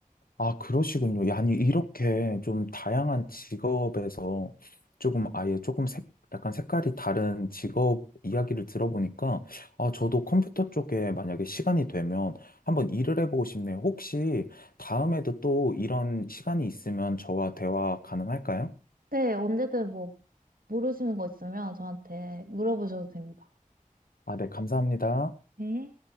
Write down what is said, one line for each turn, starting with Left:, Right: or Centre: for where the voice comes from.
Left: 아, 그러시군요. 야, 아니, 이렇게 좀 다양한 직업에서 조금 아예 조금 색, 약간 색깔이 다른 직업 이야기를 들어보니까, 아, 저도 컴퓨터 쪽에 만약에 시간이 되면 한번 일을 해보고 싶네요. 혹시 다음에도 또 이런 시간이 있으면 저와 대화 가능할까요?
Right: 네, 언제든 뭐 모르시는 거 있으면 저한테 물어보셔도 됩니다.
Left: 아, 네, 감사합니다.
Right: 네.